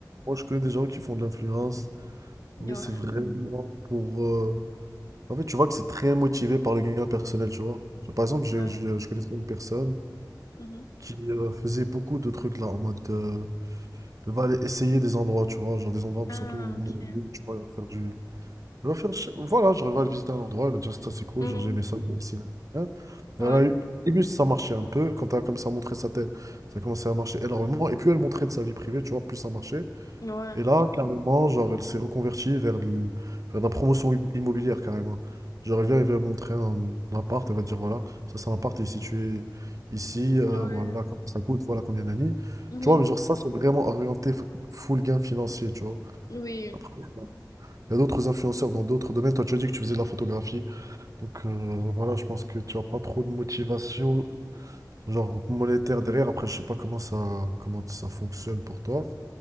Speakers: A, on the right; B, on the left.
A: moi, je connais des gens qui font de l'influence.
B: ouais,
A: Mais c'est vraiment pour... euh, En fait, tu vois que c'est très motivé par le gain personnel, tu vois. Genre, par exemple, je,
B: ouais.
A: je- je connaissais une personne
B: Mhm.
A: qui euh, faisait beaucoup de trucs là, en mode... euh, elle va aller essayer des endroits, tu vois. Genre des endroits,
B: Ah,
A: surtout où manger,
B: ok.
A: tu vois, elle va faire du... Elle va faire... je- Voilà, genre elle va aller visiter un endroit, elle va dire ça c'est cool,
B: Mhm.
A: genre j'ai aimé ça, je vais ici, là là, là. Elle
B: Ouais,
A: a eu... Au début, ça marchait un peu. Quand elle a commencé à montrer sa tête, ça a commencé à marcher énormément. Et plus elle montrait de sa vie privée, tu vois, plus ça marchait.
B: ouais,
A: Et là, carrément, genre, elle s'est reconvertie vers, de- vers de la promotion im- immobilière, carrément. Genre, elle vient, elle va montrer un appart, elle va dire, voilà, ça c'est un appart, il est situé ici, euh,
B: ouais.
A: voilà combien ça coûte, voilà combien d'années.
B: Mhm.
A: Tu vois, mais genre, ça, c'est vraiment orienté f- full gain financier, tu vois.
B: Oui.
A: Après, il y a d'autres influenceurs dans d'autres domaines. Toi, tu as dit que tu faisais de la photographie. Donc, euh, voilà, je pense que tu n'as pas trop de motivation, genre monétaire derrière. Après, je sais pas comment ça, comment ça fonctionne pour toi.